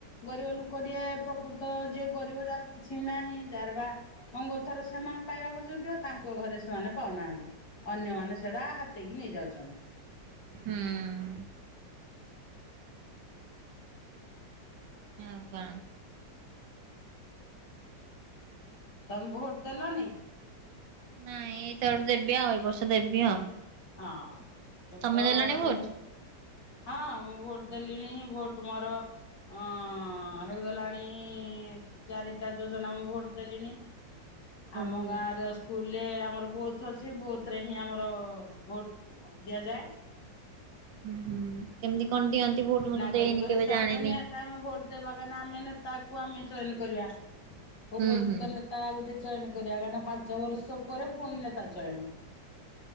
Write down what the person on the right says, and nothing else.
ହୁଁ। ହଁ ବା।
ନାଇଁ ଏଇଟା ଗୋଟେ ଦେବି ଆଉ ଏ ବର୍ଷ ଦେବି ଆଉ।
ତମେ
ଦେଲଣି
ଭୋଟ?
ଓହୋ।
ହୁଁ-ହୁଁ କେମିତି କଣ ଦିଅନ୍ତି ଭୋଟ ମୁଁ
ତ ଦେଇନି
କେବେ ଜାଣିନି।
ହୁଁ ହୁଁ।